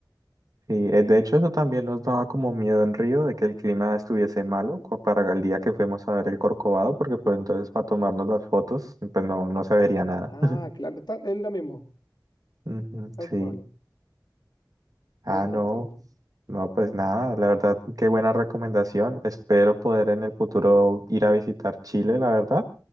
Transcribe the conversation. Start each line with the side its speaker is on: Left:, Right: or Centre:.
Right: Sí, eh, de hecho eso también nos daba como miedo en Río de que el clima estuviese malo co- para el día que fuimos a ver el Corcovado, porque pues entonces para tomarnos las fotos pues no, no se vería nada.
Left: Ah,
Right: <laughs>
Left: claro, está- es lo mismo,
Right: Ujú,
Left: tal
Right: sí.
Left: cual,
Right: Ah,
Left: tal cual,
Right: no.
Left: tal cual.
Right: No, pues nada, la verdad, qué buena recomendación. Espero poder en el futuro ir a visitar Chile, la verdad,